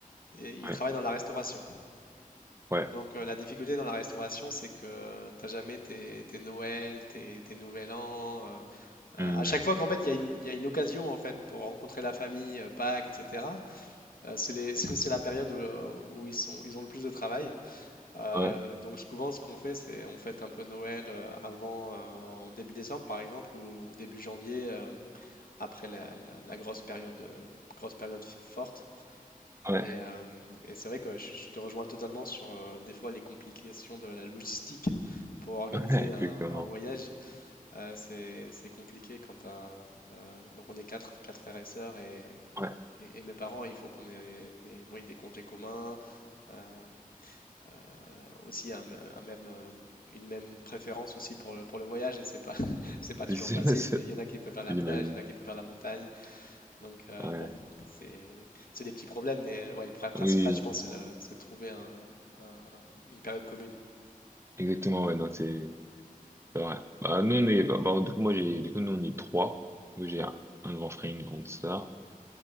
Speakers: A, on the left; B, on the right.
A: et il
B: ouais
A: travaille dans la restauration.
B: ouais
A: Donc euh, la difficulté dans la restauration, c'est que t'as jamais tes, tes Noël, tes, tes Nouvel An. euh, euh,
B: Hum,
A: à chaque fois qu'en fait il y a une, il y a une occasion en fait pour rencontrer la famille, euh, Pâques, etc. euh, c'est les- <laughs> c'est la période où, euh, où ils sont ils ont le plus de travail. Euh,
B: ouais
A: donc souvent ce qu'on fait, c'est on fête un peu Noël euh, avant euh, en début décembre par exemple ou, ou début janvier. euh, après la, la- la grosse période, euh, grosse période forte.
B: ouais,
A: Et, euh, et c'est vrai que je je te rejoins totalement sur euh, des fois les complications de la logistique pour organiser
B: <laughs> ouais, exactement
A: un, un voyage. Euh, c'est, c'est compliqué quand t'as, euh, donc on est quatre, quatre frères et sœurs et,
B: ouais
A: et- et mes parents, il faut qu'on ait des, oui, des congés communs. euh, euh, aussi un, m- un même, euh, une même préférence aussi pour le, pour le voyage et c'est pas, <laughs> c'est pas toujours
B: c'est c'est-
A: facile.
B: c'est-
A: Il y en a qui préfèrent la
B: j'imagine
A: plage, il y en a qui préfèrent la montagne. Donc euh,
B: ouais
A: bon, c'est c'est des petits problèmes, mais euh, ouais, le problème principal,
B: oui
A: je pense, c'est le- c'est de trouver un- un- un- une période commune.
B: exactement ouais non c'est c'est vrai bah nous on est bah, bah, du coup moi j'ai du coup nous on est trois Donc, j'ai un, un grand frère une grande sœur